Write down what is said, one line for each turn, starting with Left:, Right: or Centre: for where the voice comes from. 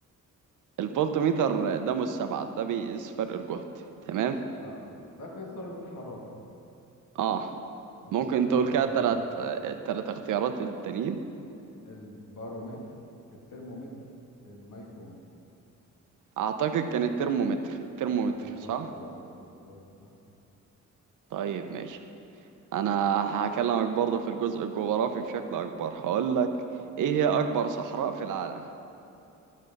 Right: الفولتميتر ده مستبعد ده بيقيس فرق الجهد تمام
Left: اه ده قياس درجة الحرارة
Right: اه
Left: بتقيس
Right: ممكن
Left: درجة
Right: تقول
Left: الحرارة
Right: كده
Left: بالايه
Right: تلات تلات اختيارات التانيين
Left: البارومتر الترمومتر الميكرومتر
Right: اعتقد كان الترمومتر الترمومتر
Left: بالظبط
Right: صح
Left: كده بالظبط صح
Right: طيب ماشي انا هكلمك برضه في الجزء الجغرافي بشكل اكبر هقول لك ايه هي اكبر صحراء في العالم